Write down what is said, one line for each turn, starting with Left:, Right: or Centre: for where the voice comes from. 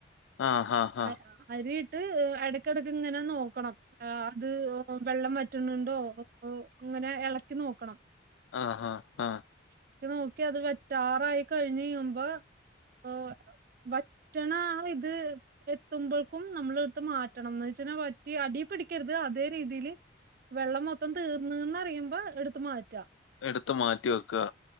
Left: ആഹ് ആഹ് ആഹ് ആഹ്
Right: അരി അരിയിട്ട് എടക്കടക്ക്ങ്ങനെ നോക്കണം അത് ആഹ്. വെള്ളം വറ്റുന്നുണ്ടോ അങ്ങനെ എളക്കി നോക്കണം.
Left: ആഹ് ആഹ് ആഹ്.
Right: ഇട്ട് നോക്കി അത് വെറ്റാറായി കഴിഞ്ഞഞ്യുമ്പോ ആഹ്. വറ്റണ ആഹ് ഇത്. എത്തുമ്പൾക്കും നമ്മളെടുത്ത് മാറ്റണംന്ന് ന്ന്വെച്ചാൽ പറ്റി അടി പിടിക്കരുത് അതേ രീതീല്. വെള്ളം മൊത്തം തീർന്ന്ന്നറിയുമ്പോ എടുത്ത് മാറ്റാ.
Left: എടുത്ത് മാറ്റി വെക്ക.